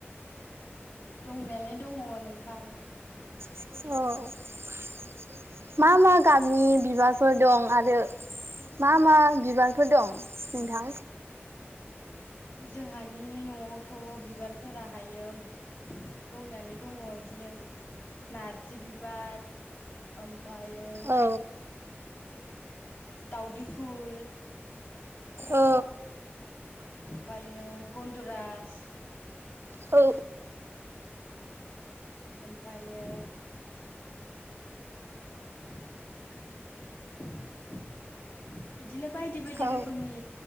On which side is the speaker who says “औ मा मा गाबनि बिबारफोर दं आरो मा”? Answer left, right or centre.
Right